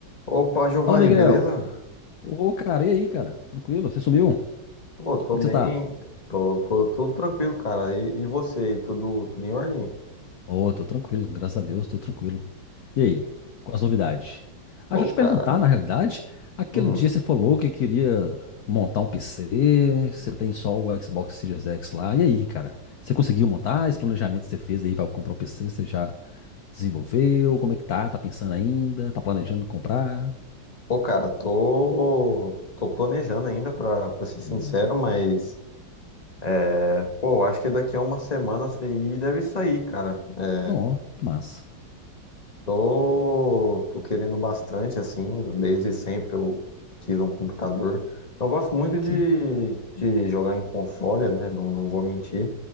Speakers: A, on the left (about 20°); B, on the left (about 60°).
A: Opa, Giovanni,
B: Fala, Miguel.
A: beleza?
B: Ô, cara, e aí, cara? Tranquilo? Você sumiu? Como
A: Pô, tô
B: é
A: bem,
B: que você tá?
A: tô, tô tudo tranquilo, cara. E, e você aí, tudo, tudo em ordem?
B: Ô, tô tranquilo, graças a Deus, tô tranquilo. E aí, quais as novidades? Ah,
A: Pô,
B: deixa eu
A: cara,
B: te perguntar, na realidade, aquele
A: hum.
B: dia você falou que queria montar um PC, que você tem só o Xbox Series X lá. E aí, cara? Você conseguiu montar? Esse planejamento que você fez aí pra comprar o PC, você já desenvolveu? Como é que tá? Tá pensando ainda? Tá planejando comprar?
A: Pô, cara, tô, tô planejando ainda, pra, pra ser sincero,
B: Hum.
A: mas, é, pô, eu acho que daqui a uma semana isso aí deve sair, cara. É,
B: Não, que massa.
A: Tô, tô querendo bastante, assim, desde sempre eu quis um computador. Eu gosto muito de,
B: Sim,
A: de jogar em console, né? Não, não vou mentir.